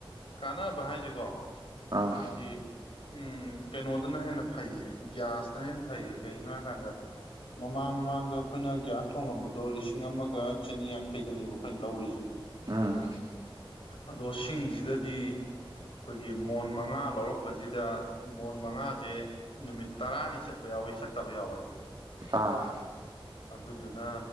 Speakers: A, on the left (about 70°); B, on the right (about 45°).
A: ꯀꯥꯟꯅꯕ ꯍꯥꯏꯁꯦꯀꯣ
B: ꯑꯥ
A: ꯑꯗꯤ ꯎꯝ ꯀꯩꯅꯣꯗꯅ ꯍꯦꯟꯅ ꯐꯩꯌꯦ ꯒ꯭ꯌꯥꯁꯇꯅ ꯍꯦꯟꯅ ꯐꯩꯌꯦ ꯀꯩꯒꯤꯅꯣ ꯍꯥꯏꯀꯥꯟꯗ ꯃꯃꯥꯡ ꯃꯃꯥꯡꯗ ꯑꯩꯈꯣꯏꯅ ꯒ꯭ꯌꯥꯁ ꯊꯣꯡꯉꯝꯕꯗꯣ ꯂꯤꯁꯤꯡ ꯑꯃꯒ ꯆꯅꯤ ꯌꯥꯡꯈꯩꯗꯅꯦꯕ ꯑꯩꯈꯣꯏꯅ ꯂꯧꯔꯤꯁꯦ
B: ꯎꯝ
A: ꯑꯗꯣ ꯁꯤꯡꯁꯤꯗꯗꯤ ꯑꯩꯈꯣꯏꯒꯤ ꯃꯣꯟ ꯃ ꯃꯉꯥ ꯂꯧꯔꯛꯄꯁꯤꯗ ꯃꯣꯟ ꯃꯉꯥꯁꯦ ꯅꯨꯃꯤꯠ ꯇꯔꯥꯅꯤ ꯆꯠꯄ ꯌꯥꯎꯋꯤ ꯆꯠꯇꯕ ꯌꯥꯎꯋꯦꯕ
B: ꯑ
A: ꯑꯗꯨꯗꯨꯅ